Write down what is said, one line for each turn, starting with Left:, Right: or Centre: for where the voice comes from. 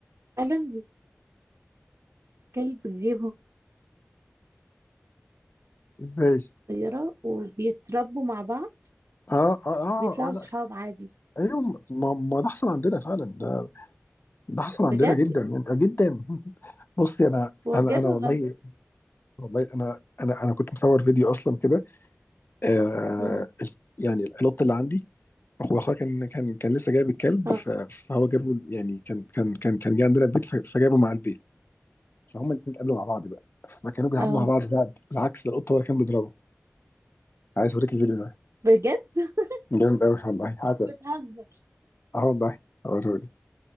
Right: فعلا الكلب بيجيبهم
Left: ازاي
Right: صغيرة وبيتربوا مع بعض
Left: اه اه اه
Right: بيطلعوا
Left: اه لا
Right: صحاب عادي
Left: ايوه ما ما ده حصل عندنا فعلا ده ده حصل
Right: بجد
Left: عندنا جدا يعني جدا <laughs> بصي انا
Right: بجد
Left: انا انا
Right: والله
Left: والله والله انا انا انا كنت مصور فيديو اصلا كده آه
Right: امم
Left: ال- يعني القط اللي عندي هو اخويا كان كان كان لسه جايب الكلب
Right: اه
Left: ف- فهو جابه يعني كان كان كان كان جه عندنا البيت ف- فجابه مع البيت فهم الاثنين اتقابلوا مع بعض بقى فكانوا بيلعبوا
Right: اه
Left: مع بعض بقى بالعكس ده القط هو اللي كان بيضربه عايز اوريك الفيديو ده
Right: بجد <laughs>
Left: جامد قوي والله عسل
Right: بتهزر
Left: اه والله هوريهولك